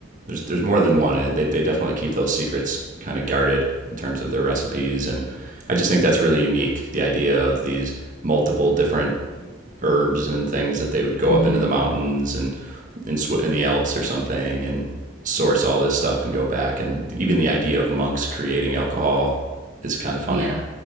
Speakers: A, on the right; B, on the right.
A: There's there's more than one. I- They they definitely keep those secrets kind of guarded in terms of their recipes and I just think that's really unique, the idea of these multiple different herbs and things that they would go
B: Mm
A: up
B: hmm.
A: into the mountains and in Swi- in the Alps or something and source all this stuff and go back and even the idea of monks creating alcohol is kind of funny.
B: Yeah.